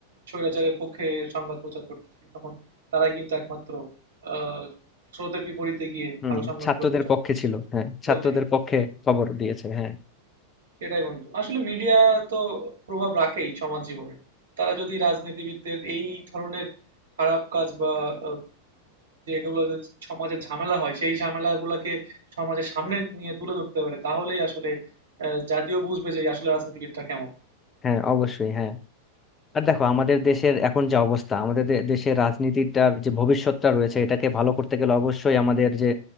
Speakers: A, on the right; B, on the left.
A: স্বৈরাচারের পক্ষে সংবাদ প্রচার করতেছিল তখন তারাই কিন্তু একমাত্র আহ, স্রোতের বিপরীতে গিয়ে
B: হুম
A: ভালো সংবাদগুলো
B: ছাত্রদের
A: প্রচার
B: পক্ষে
A: করছে
B: ছিল হ্যাঁ ছাত্রদের
A: বলতে গেলে
B: পক্ষে খবর দিয়েছে হ্যাঁ
A: সেটাই বন্ধু আসলে মিডিয়া তো প্রভাব রাখেই সমাজ জীবনে তারা যদি রাজনীতিবিদদের এই ধরনের খারাপ কাজ বা আহ, যেগুলো সমাজে ঝামেলা হয় সেই ঝামেলাগুলোকে সমাজের সামনে নিয়ে তুলে ধরতে পারে তাহলেই আসলে আহ, জাতীয় বুঝবে যে আসলে রাজনীতিবিদটা কেমন
B: হ্যাঁ অবশ্যই হ্যাঁ আর দেখো আমাদের দেশের এখন যে অবস্থা আমাদের দে- দেশের রাজনীতিটার যে ভবিষ্যৎটা রয়েছে এটাকে ভালো করতে গেলে অবশ্যই আমাদের যে